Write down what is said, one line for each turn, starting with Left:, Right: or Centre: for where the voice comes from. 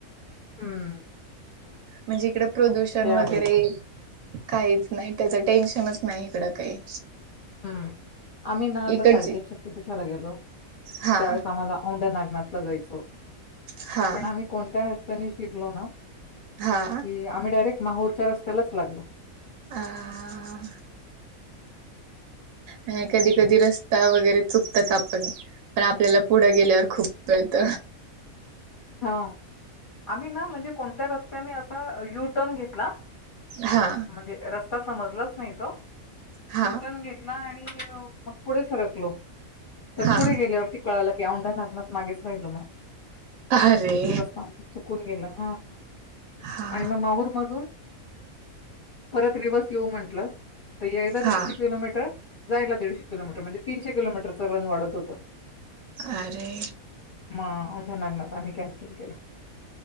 Left: हम्म
Right: म्हणजे इकड प्रदूषण
Left: ते आहे.
Right: वगैरे काहीच नाही त्याच टेन्शनच नाही इकडं काही
Left: हम्म. आम्ही ना आता
Right: इकडची
Left: साडेतीीन शक्तीपीठाला गेलो
Right: हा
Left: त्यावेळेस आम्हाला औंड ना जायच होत
Right: हा
Left: पण आम्ही कोणत्या रस्त्याने शिरलो ना
Right: हा
Left: कि आम्ही डायरेक्ट माहोरच्या रस्त्यालाच लागलो
Right: आह ह आणि कधी कधी रस्ता वगैरे चुकतात आपण पण आपल्याला पुढं गेल्यावर खूप कळत
Left: हा आम्ही ना म्हणजे कोणत्या रस्त्याने अस यू टर्न घेतला
Right: हा
Left: म्हणजे रस्ता समजलाच नाही तो
Right: हा
Left: युटर्न घेतला आणि मग पुढे सरकलो तर
Right: हा
Left: पुढे गेलीवरती कळाला की औंढा नागना मागेच राहिलो म
Right: अरे
Left: तो रस्ता चुकून गेला हा
Right: हा
Left: आणि मग माहूर मधून परत रिवस येऊ म्हंटलं तर यायला
Right: हा
Left: दीडशे किलोमीटर जायलाीशे किलोमीटर म्हणजे तीनशे किलोमीटरचं रन वाढत होतं
Right: अे
Left: म ढ्या नागणार आम्ही कॅन्सल केला